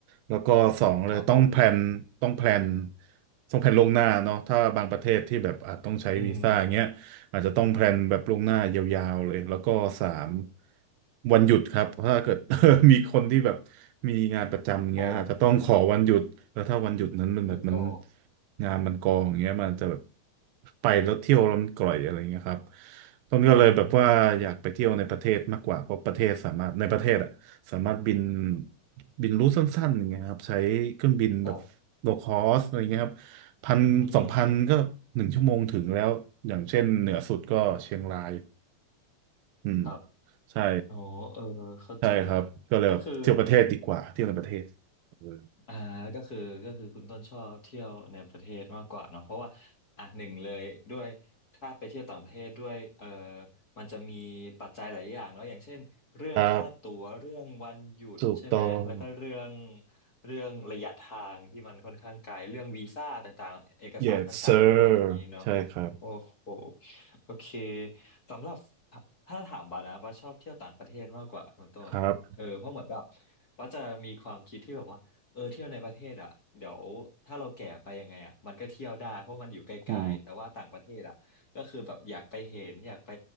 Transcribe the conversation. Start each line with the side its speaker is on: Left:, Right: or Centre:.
Right: แล้วก็สองเลยต้องแพลนต้องแพลน
Left: ครับผม
Right: ต้องแพลนล่วงหน้าเนาะถ้าบางประเทศที่แบบอาจต้องใช้วีซ่าอย่างเงี้ย
Left: อืม
Right: อาจจะต้องแพลนแบบล่วงหน้ายาวๆเลยแล้วก็สามวันหยุดครับถ้าเกิด <laughs> มีคนที่แบบมีงานประจำอย่างเงี้ยอาจจะต้องขอวันหยุดแล้วถ้าวันหยุดนั้นมันแบบมัน
Left: อ๋อนึกออก
Right: งานมันกองอย่างเงี้ยมันจะแบบไปแล้วเที่ยวแล้วมันกร่อยอะไรเงี้ยครับต้นก็เลยแบบว่าอยากไปเที่ยวในประเทศมากกว่าเพราะประเทศสามารถในประเทศอะสามารถบิน
Left: อืม
Right: บินรูทสั้นๆอย่างเงี้ยครับใช้เครื่องบินแบบโลคอสอะไรเงี้ยครับ
Left: ครับ
Right: พันสองพันก็หนึ่งชั่วโมงถึงแล้วอย่างเช่นเหนือสุดก็เชียงราย
Left: อืมอืมอืม
Right: อืม
Left: ครับ
Right: ใช่
Left: อ๋อเออเข้าใจ
Right: ใช่ครับก็เลยแบบเที่ยวประเทศดีกว่าเที่ยวในประเทศเออ
Left: ก็คือ อ่าก็คือก็คือคุณต้นชอบเที่ยวในประเทศมากกว่าเนาะเพราะว่าอ่ะหนึ่งเลยด้วยถ้าไปเที่ยวต่างประเทศด้วยเออมันจะมีปัจจัยหลายอย่างเนาะอย่างเช่นเรื่องค่าตั๋วเรื่องวันหยุดใช่ไหมแล้วก็เรื่อง
Right: ครับถูกต้อง
Left: เรื่องระยะทางที่มันค่อนข้างไกลเรื่องวีซ่าต่างๆเอกสารต่างๆด้วยอย่างนี้เนาะ
Right: yes sir ใช่ครับ
Left: โอ้โหโอเคสำหรับถ้าถามบานะว่าชอบเที่ยวต่างประเทศมากกว่าคุณต้นเออเพราะเหมือนแบบ
Right: ครับ
Left: ว่าจะมีความคิดที่แบบว่า เออเที่ยวในประเทศอ่ะเดี๋ยวถ้าเราแก่ไปยังไงอ่ะมันก็เที่ยวได้เพราะมันอยู่ใกล้ๆแต่ว่าต่างประเทศอ่ะก็คือแบบอยากไปเห็นอยากไป
Right: อ๋อ